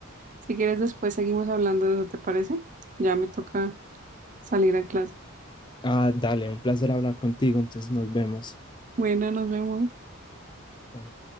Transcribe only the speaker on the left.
Ah, dale, un placer hablar contigo, entonces nos vemos.
Bueno.